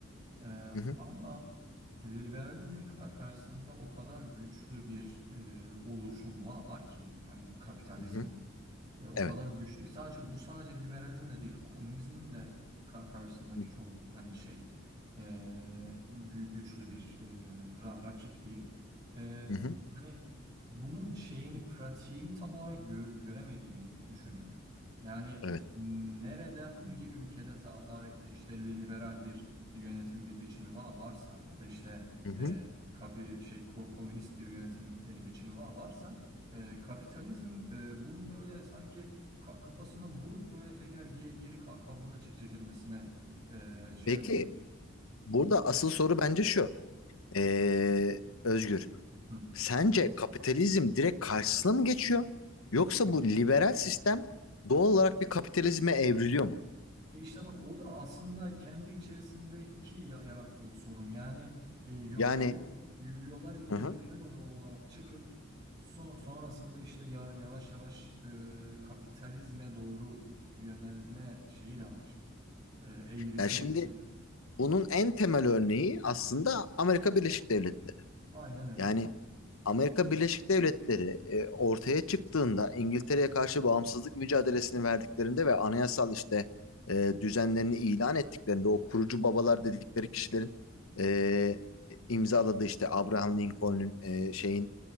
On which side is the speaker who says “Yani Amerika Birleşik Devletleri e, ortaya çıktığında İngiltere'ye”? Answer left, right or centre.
Left